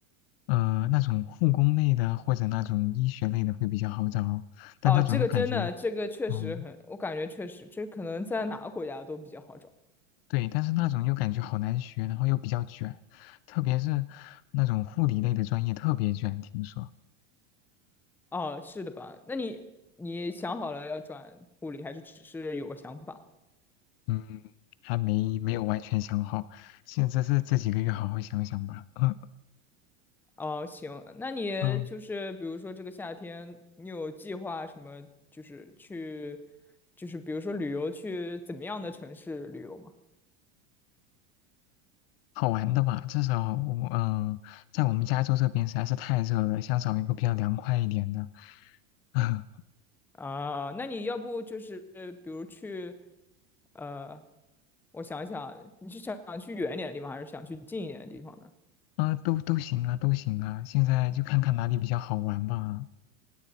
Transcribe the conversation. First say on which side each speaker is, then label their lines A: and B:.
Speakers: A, on the left; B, in the centre.
A: 呃，那种护工类的或者那种医学类的会比较好找，但那种又感觉，
B: 哦，这个真的，这个确实很，
A: 嗯，
B: 我感觉确实，这可能在哪个国家都比较好找。
A: 对，但是那种又感觉好难学，然后又比较卷，特别是那种护理类的专业特别卷，听说。
B: 哦，是的吧？那你你想好了要转护理，还是只是有个想法？
A: 嗯，还没没有完全想好，现在这这几个月好好想想吧。嗯
B: 哦，行，那你就是比如说这个夏天，
A: 嗯，
B: 你有计划什么？就是去，就是比如说旅游，去怎么样的城市旅游吗？
A: 好玩的吧，至少我嗯，在我们加州这边实在是太热了，想找一个比较凉快一点的。<laughs> 啊
B: 啊，那你要不就是呃比如去，呃，我想一想，你是想去远一点的地方，还是想去近一点的地方呢？
A: 啊，都都行啊，都行啊，现在就看看哪里比较好玩吧。